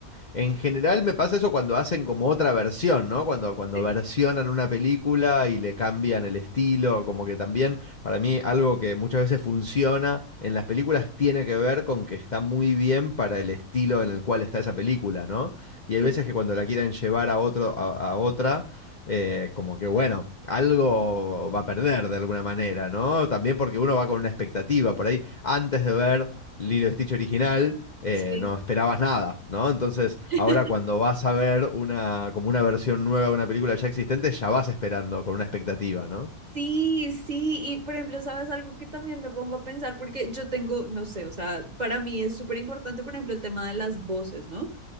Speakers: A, on the left (about 40°); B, on the right (about 30°).
A: en general me pasa eso cuando hacen como otra versión, ¿no? Cuando, cuando
B: Sí,
A: versionan una película y le cambian el estilo, como que también para mí algo que muchas veces funciona en las películas tiene que ver con que está muy bien para el estilo en el cual está esa película, ¿no? Y hay
B: sí,
A: veces que cuando la quieren llevar a otro, a, a otra eh, como que bueno, algo va a perder de alguna manera, ¿no? También porque uno va con una expectativa por ahí. Antes de ver Lilo y Stitch original, eh,
B: sí.
A: no esperabas nada, ¿no? Entonces,
B: <laughs>
A: ahora cuando vas a ver una, como una versión nueva de una película ya existente, ya vas esperando con una expectativa, ¿no?
B: Sí, sí, y por ejemplo, ¿sabes algo que también me pongo a pensar? Porque yo tengo, no sé, o sea, para mí es súper importante, por ejemplo, el tema de las voces, ¿no?